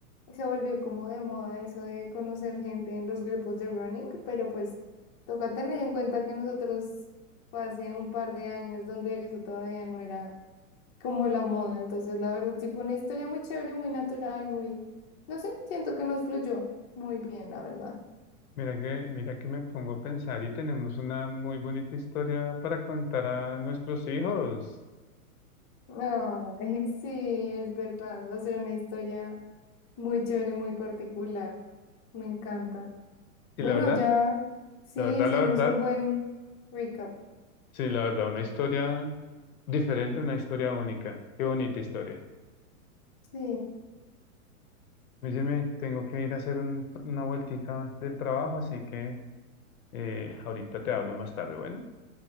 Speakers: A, on the left; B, on the left.
A: se volvió como de moda eso de conocer gente en los grupos de running, pero pues toca tener en cuenta que nosotros fue hace un par de años donde eso todavía no era como la moda. Entonces, la verdad, sí fue una historia muy chévere, muy natural, muy, no sé, siento que nos fluyó muy bien, la verdad.
B: Mira que, mira que me pongo a pensar y tenemos una muy bonita historia para contar a nuestros hijos.
A: Ay, <laughs> sí, es verdad, va a ser una historia muy chévere, muy particular. Me encanta.
B: Y
A: Bueno,
B: la verdad,
A: ya sí
B: la verdad,
A: hicimos
B: la verdad,
A: un buen recap.
B: sí, la verdad, una historia Diferente, una historia única. Qué bonita historia.
A: Sí,
B: Oye, tengo que ir a hacer un- una vueltica del trabajo, así que eh, ahorita te hablo más tarde. Bueno,